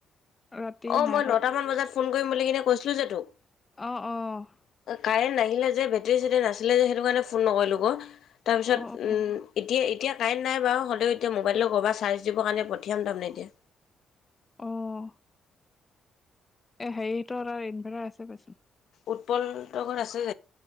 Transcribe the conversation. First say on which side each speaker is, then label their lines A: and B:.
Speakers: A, on the left (about 20°); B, on the left (about 70°).
A: ৰাতি
B: অ'
A: নাই
B: মই
A: কৰা
B: নটামান বজাত ফোন কৰিম বুলি কিনে কৈছিলো যে তোক।
A: অ', অ'।
B: কাৰেণ্ট নাহিলে যে বেটেৰী চেটেৰী নাছিলে যে সেইটো কাৰণে ফোন নকৰিলো আকৌ। তাৰপিছত
A: অ অ
B: এতিয়া এতিয়া কাৰেণ্ট নাই বাৰু হ'লেও এতিয়া মোবাইলটো কৰবাত চাৰ্জ দিব কাৰণে পঠিয়াম তাৰ মানে এতিয়া
A: অ'। এ হেৰিহঁতৰ তাত ইনভাৰটাৰ আছে পাইচোন।
B: উৎপলহঁতৰ ঘৰত আছে